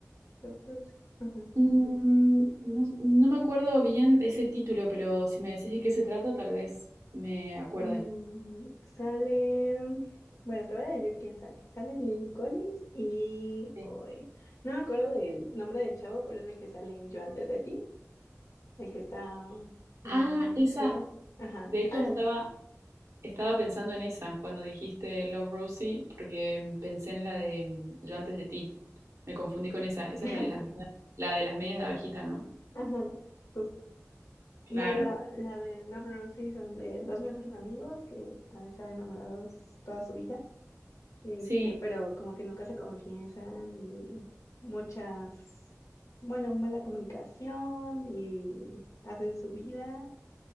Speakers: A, on the left (about 75°); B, on the right (about 65°).
A: Love Rosie. Ajá.
B: Mm, No, no me acuerdo bien ese título, pero si me decís de qué se trata, tal vez me
A: Mm,
B: acuerde.
A: sale, bueno, te voy a decir quién sale. Sale Lily Collins y
B: Sí.
A: hoy no me acuerdo del nombre del chavo, pero es el que sale en Yo antes de ti, el que está en
B: Ah, esa.
A: sí, ah, Ajá.
B: De hecho,
A: Ah,
B: estaba,
A: es-
B: estaba pensando en esa cuando dijiste Love Rosie, porque mm, pensé en la de mm, Yo antes de ti. Me confundí con esa. Esa
A: <laughs>
B: es la de las, med- la de las medias de abejita, ¿no?
A: Ajá, justo. No,
B: Claro.
A: la, la de Love Rosie son de dos mejores amigos que han estado enamorados toda su vida, este,
B: Sí,
A: pero como que nunca se confiesan y muchas, bueno, mala comunicación y hacen su vida